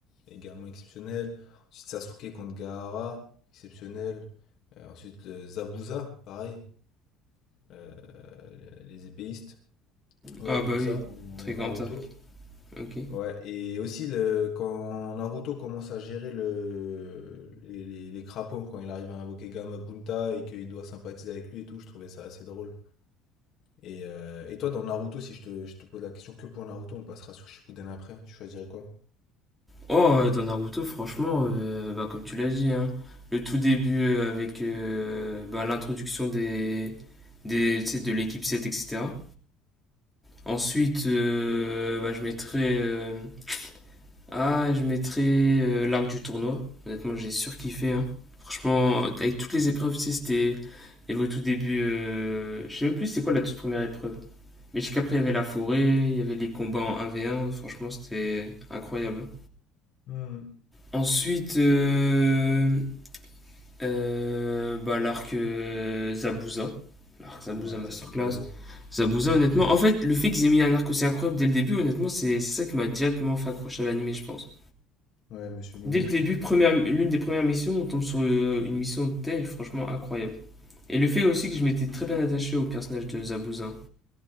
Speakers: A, on the left; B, in the centre.
A: également exceptionnel. Ensuite Sasuke contre Gaara, exceptionnel. Euh, ensuite le Zabuza, pareil euh, les épéistes. Ouais,
B: Ah
A: donc
B: bah oui,
A: ça, en
B: très
A: Naruto.
B: grand arc. Ok.
A: Ouais, et aussi le, quand Naruto commence à gérer le, les, les- les crapauds, quand il arrive à invoquer Gamabunta et qu'il doit sympathiser avec lui et tout, je trouvais ça assez drôle. Et, euh, et toi, dans Naruto, si je te, je te pose la question que pour Naruto, on passera sur Shippuden après, tu choisirais quoi?
B: Oh, euh, dans Naruto, franchement, euh, bah, comme tu l'as dit, hein, le tout début euh, avec euh, bah, l'introduction des, des, tu sais, de l'équipe 7, etc. Ensuite, euh, bah, je mettrais, euh, ah, je mettrais euh, l'arc du tournoi. Honnêtement, j'ai surkiffé. hein. Franchement, avec toutes les épreuves, tu sais, c'était. Il y avait au tout début, euh, je sais même plus c'est quoi la toute première épreuve. Mais jusqu'après, il y avait la forêt, il y avait les combats en un v un. Franchement, c'était incroyable. hein.
A: Hmm.
B: Ensuite, euh, Euh, bah, l'arc euh, Zabuza. L'arc Zabuza
A: Ouais,
B: Masterclass.
A: Zabuza lourd.
B: Zabuza, honnêtement, en fait, le fait qu'ils aient mis un arc aussi incroyable dès le début, honnêtement, c'est c'est ça qui m'a directement fait accrocher à l'animé, je pense.
A: Ouais, Monsieur Momoshi.
B: Dès le début, première, l'une des premières missions, on tombe sur euh, une mission de telle, franchement incroyable. Et le fait aussi que je m'étais très bien attaché au personnage de Zabuza.